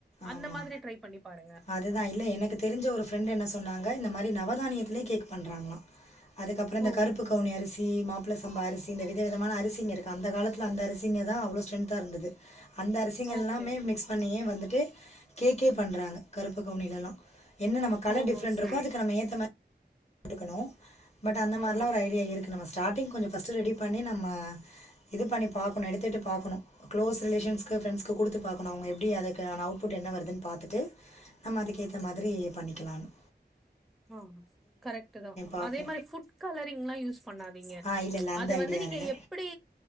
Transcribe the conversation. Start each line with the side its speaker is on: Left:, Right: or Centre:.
Centre: அந்த
Left: ஆமா
Centre: மாதிரி ட்ரை பண்ணி பாருங்க
Left: அதுதான் இல்ல எனக்கு தெரிஞ்ச ஒரு ஃப்ரெண்ட் என்ன சொன்னாங்க இந்த மாதிரி நவதானிய இதுலே கேக் பண்றாங்களாம் அதுக்கப்பறம் இந்த
Centre: ஓகே
Left: கருப்பு கவுனி
Centre: ஓகே
Left: அரிசி மாப்பிள சம்பா அரிசி இந்த வித விதமான அரிசிங்க அந்த காலத்துல அந்த அரிசிங்க தான் அவ்வளோ ஸ்ட்ரென்தா இருந்தது அந்த அரிசிங்க
Centre: ஓகே
Left: எல்லாமே மிக்ஸ் பண்ணியே வந்து கேக்கே பண்றாங்க கருப் கவுனில எல்லா என்ன நம்ம கலர்
Centre: ஓ
Left: டிஃப்ரெண்ட்
Centre: சரி
Left: இருக்கும் அதுக்கு நம்ம ஏத்த மாரி போட்டுக்கணும் பட் அந்த மாரிலாம்
Centre: ஆமா
Left: ஒரு ஐடியா இருக்கு நம்ம ஸ்டார்டிங் கொஞ்சம் பஸ்ட் ரெடி பண்ணி நம்ம இது பண்ணி பாக்கணும் எடுத்துட்டு பாக்கணும் க்ளோஸ் ரிலேஷன்க்கு ஃப்ரெண்ட்ஸ்க்கு கொடுத்து பாக்கணும் அவங்க எப்படி அதுக்கு அவுட்புட் என்ன வருதுன்னு பாத்துட்டு நம்ம அதுக்கேத்த மாதிரி பண்ணிக்கலாம்னு
Centre: ஆ கரெக்ட்
Left: பாப்போ
Centre: அதே மாரி ஃபுட் கலரிங்கெல்லாம் யூஸ் பண்ணாதீங்க
Left: ஆ இல்ல இல்ல அந்த
Centre: அது
Left: ஐடியா
Centre: வந்து நீங்க
Left: இல்ல
Centre: எப்படி